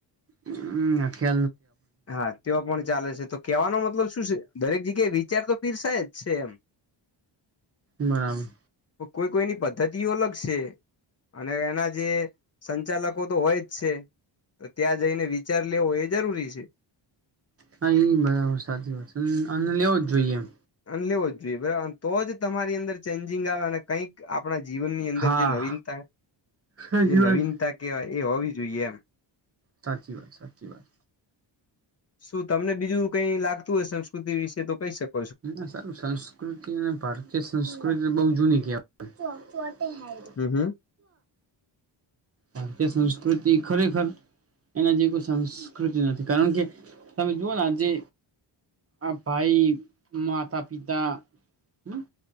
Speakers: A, on the right; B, on the left.
A: હમ આખ્યા
B: હા તેઓ પણ ચાલે છે તો કેવાનો મતલબ શું છે દરેક જગ્યાએ. અતાર તો પીરસાય જ છે એમ.
A: બરાબર.
B: કોઈ કોઈની પદ્ધતિઓ અલગ શે. અને એના જે સંચાલકો તો હોય જ છે. ત્યાં જઈને વિચાર લેવો એ જરૂરી છે.
A: હા એ બરાબર સાચી વાત છે અને લેવો જ જોઈએ એમ.
B: અને લેવો જ બરાબર તો જ તમારી અંદર ચેન્જિંગ આવે અને કંઈક આપ પણા જીવનની અંદર
A: હા
B: જે નવીનતા
A: સાચી
B: જે નવીનતા
A: વાત
B: કેહેવાય એ હોવી જોઈએ એમ.
A: સાચી વાત સાચી વાત.
B: શું તમને બીજું કઈ લાગતું હોય સંસ્કૃતિ વિશે તો કઈ શક
A: ના સારું સંસ્કૃતિ અને ભારતીય સંસ્કૃતિ બવ જૂની કહેવાય.
B: હમ હમ
A: ભારતી સંસ્કૃતિ ખરેખર એના જેવી કોઈ સંસ્કૃતિ નથી. કારણ કે તમે જુઓને આજે આ ભાઈ, માતા, પિતા. હમ્મ.